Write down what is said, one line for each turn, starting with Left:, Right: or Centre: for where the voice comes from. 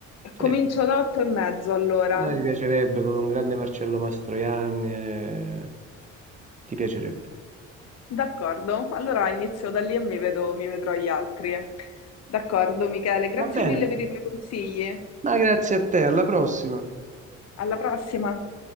Right: Sì,
Left: comincio da otto e mezzo allora.
Right: secondo me ti piacerebbe con un grande Marcello Mastroianni, eh, ti piacerebbe.
Left: D'accordo, allora inizio da lì e mi vedo- mi vedrò gli altri. D'accordo, Michele, grazie
Right: Va bene,
Left: mille per i tuoi consigli.
Right: ma grazie a te, alla prossima.
Left: Alla prossima.